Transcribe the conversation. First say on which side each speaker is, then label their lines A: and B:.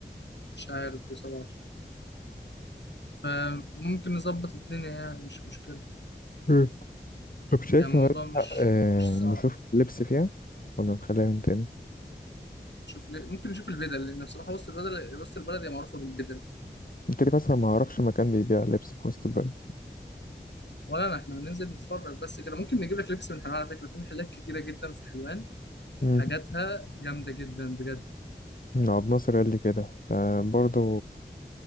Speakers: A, on the left; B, on the left.
A: مش عارف بصراحة فممكن نظبط الدنيا يعني مش مشكلة
B: مم. طب شايف
A: يعني الموضوع
B: هنلحق
A: مش
B: آه،
A: مش صعب
B: نشوف لبس فيها ولا نخليها يوم تاني
A: نشوف ليه ممكن نشوف البدل لأن بصراحة وسط البلد وسط البلد هي معروفة بالبدل
B: كده كده أصلا ما أعرفش مكان بيبيع لبس في وسط البلد
A: ولا أنا إحنا هننزل نتفرج بس كده ممكن نجيب لك لبس من حلوان على فكرة في محلات كتيرة جدا في حلوان
B: مم.
A: حاجاتها جامدة جدا بجد
B: عبد ناصر قال لي كده فبرضه